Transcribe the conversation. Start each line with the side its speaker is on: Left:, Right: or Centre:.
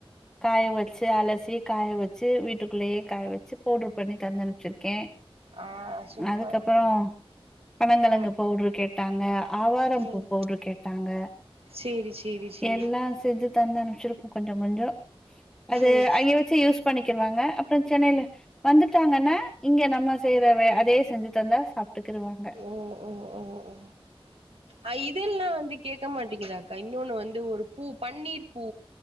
Centre: காய வச்சு அலசி காய வச்சு வீட்டுக்குள்ளயே காய வச்சு பவுடர் பண்ணி தந்தனுப்ச்சிருக்கே
Right: ஆ சூப்பர்
Centre: அதுக்கப்பறோ பனங்கிழங்கு
Right: ம்
Centre: பவுட்ரு கேட்டாங்க ஆவாரம்பூ
Right: ம்
Centre: பவுட்ரு கேட்டாங்க
Right: சேரி சேரி சேரி
Centre: எல்லா செஞ்சு தந்தனுப்ச்ருக்கோ கொஞ்சோ கொஞ்சோ அது
Right: ம்
Centre: அய்ங்க வச்சு யூஸ் பண்ணிக்கிருவாங்க அப்றோ சென்னைல வந்துட்டாங்கன்னா இங்க நம்ம செய்ற வே அதையே செஞ்சு தந்தா சாப்ட்டுக்குருவாங்க
Right: ஒ ஒ ஒ ஒ அ இதெல்லா வந்து கேக்க மாட்டீங்குதாக்கா இன்னொன்னு வந்து ஒரு பூ பன்னீர் பூ